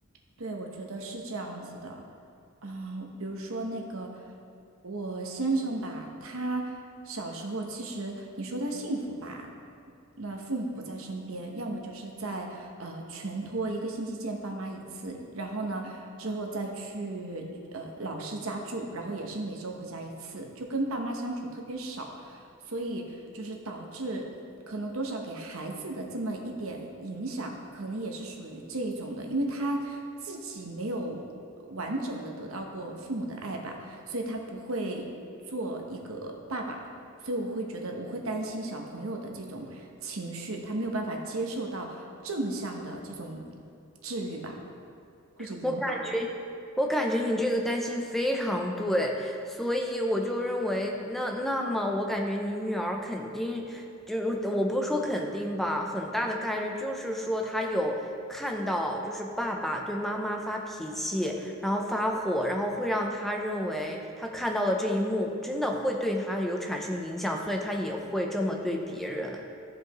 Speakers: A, on the right; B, in the centre.
A: 对，我觉得是这样子的，啊、比如说那个我先生吧，他小时候其实你说他幸福吧，那父母不在身边，要么就是在呃全托一个星期见爸妈一次，然后呢之后再去呃老师家住，然后也是每周回家一次，就跟爸妈相处特别少。所以就是导致可能多少给孩子的这么一点影响，可能也是属于这一种的，因为他自己没有完整的得到过父母的爱吧，所以他不会做一个爸爸，所以我会觉得我会担心小朋友的这种情绪，他没有办法接受到正向的这种治愈吧，或者引导。
B: 我感觉，我感觉你这个担心非常对，所以我就认为，那那么我感觉你女儿肯定，就是我不说肯定吧，很大的概率就是说她有看到，就是爸爸对妈妈发脾气，然后发火，然后会让她认为她看到了这一幕，真的会对她有产生影响，所以她也会这么对别人。